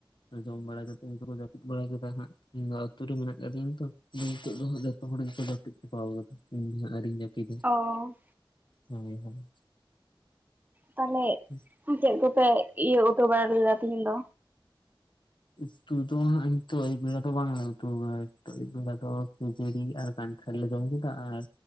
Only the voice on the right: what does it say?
ᱚ᱾
ᱛᱟᱦᱚᱞᱮᱼᱼ
ᱪᱮᱫ ᱠᱚᱯᱮ ᱤᱭᱟᱹ ᱩᱛᱩ ᱵᱟᱲᱟ ᱞᱮᱫᱟ ᱛᱤᱦᱤᱧ ᱫᱚ?